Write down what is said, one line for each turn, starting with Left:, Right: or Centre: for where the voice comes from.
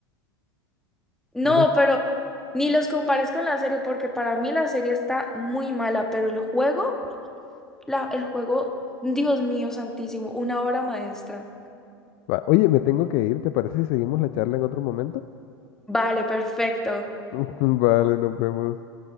Centre: No,
Left: ahora-
Centre: pero ni los compares con la serie porque para mí la serie está muy mala, pero el juego, la, el juego, Dios mío santísimo, una obra maestra.
Left: Oye, me tengo que ir, ¿te parece si seguimos la charla en otro momento?
Centre: Vale, perfecto.
Left: <laughs> Vale, nos vemos.